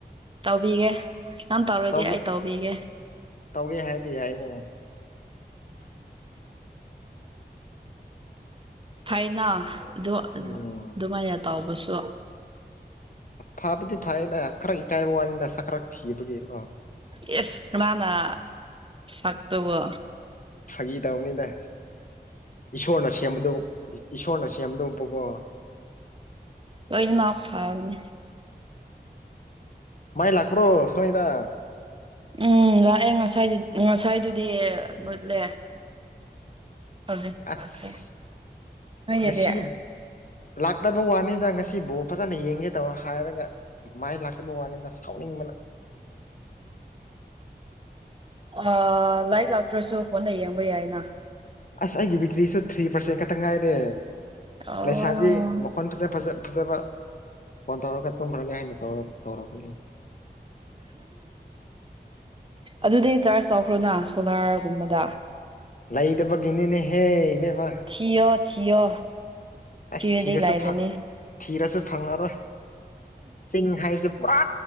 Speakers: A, on the right; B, on the left.
A: ꯇꯧꯕꯤꯒꯦ ꯅꯪ ꯇꯧꯔꯗꯤ
B: ꯇꯧꯒꯦ
A: ꯑꯩ ꯇꯧꯕꯤꯒꯦ
B: ꯇꯧꯒꯦ ꯍꯥꯏꯗꯤ ꯑꯅꯦ
A: ꯍꯥꯏꯅ ꯑꯗꯨꯣ
B: ꯎꯝ
A: ꯑꯗꯨꯃꯥꯏꯅ ꯇꯧꯕꯁꯨ
B: ꯐꯕꯗꯤ ꯐꯌꯦꯗ ꯈꯔ ꯏꯀꯥꯏꯕ ꯋꯥꯅꯤꯗ ꯁꯛ ꯈꯔꯛ ꯊꯤꯕꯒꯤꯀꯣ
A: ꯌꯦꯁ ꯅꯅ ꯁꯥꯥꯛꯇꯕ
B: ꯐꯥꯒꯤ ꯇꯧꯅꯤꯗ ꯏꯁꯣꯔꯅ ꯁꯦꯝꯕꯗ ꯏꯁꯣꯔꯅ ꯁꯦꯝꯕꯗꯐꯥꯎꯕꯣ
A: ꯇꯣꯏꯅꯃ ꯐꯥꯎꯅꯤ
B: ꯃꯥꯏ ꯂꯥꯛꯄ꯭ꯔꯣ ꯅꯣꯏꯗ
A: ꯎꯝ ꯂꯥꯛꯑꯦ ꯉꯁꯥꯏ ꯉꯁꯥꯏꯗꯨꯗꯤ ꯃꯨꯠꯂꯦ ꯍꯧꯖꯤ
B: ꯑꯁ
A: ꯂꯥꯛꯈ꯭ꯔꯦ ꯅꯣꯏꯒꯗꯤꯦ
B: ꯉꯁꯤ ꯂꯥꯛꯇꯕ ꯋꯥꯅꯤꯗ ꯉꯁꯤꯕꯨꯥꯎ ꯐꯖꯅ ꯌꯦꯡꯒꯦ ꯇꯕ ꯍꯥꯏꯔꯒ ꯃꯥꯏ ꯂꯥꯛꯇꯕ ꯋꯥꯅꯤꯗ ꯁꯥꯎꯅꯤꯡꯕꯅ
A: ꯑ ꯂꯥꯏꯔꯤꯛ ꯂꯥꯛꯇ꯭ꯔꯁꯨ ꯐꯣꯟꯗ ꯌꯦꯡꯕ ꯌꯥꯏꯅ
B: ꯑꯁ ꯑꯩꯒꯤ ꯕꯤꯛꯇ꯭ꯔꯤꯁꯨ ꯊ꯭ꯔꯤ ꯄꯥꯔꯁꯦꯟ ꯈꯛꯇ ꯉꯥꯏꯔꯦ
A: ꯑꯣ
B: ꯂꯩꯁꯥꯕꯤ ꯃꯈꯣꯟ ꯐꯖ ꯐ ꯐꯖꯕ ꯐꯣꯟ ꯇꯧꯔꯒ ꯇꯨꯝꯈ꯭ꯔꯒꯦ ꯍꯥꯏꯅꯧ ꯇꯧꯔꯕꯅꯤ
A: ꯑꯗꯨꯗꯤ ꯆꯥꯔꯖ ꯇꯧꯈ꯭ꯔꯣꯅ ꯁꯣꯂꯥꯔꯒꯨꯝꯕꯗ
B: ꯂꯩꯗꯕꯒꯤꯅꯤꯅꯦꯍꯦ ꯏꯕꯦꯝꯃ
A: ꯊꯌ ꯊꯌ
B: ꯑꯁ
A: ꯊꯤꯔꯗꯩ
B: ꯊꯤꯔꯁꯨ
A: ꯂꯥꯛꯔꯅꯦ
B: ꯐꯪ ꯊꯤꯔꯁꯨ ꯐꯪꯉꯔꯣꯏ ꯆꯤꯡ ꯍꯥꯏꯕꯕꯁꯤꯦ ꯄꯨꯔꯥ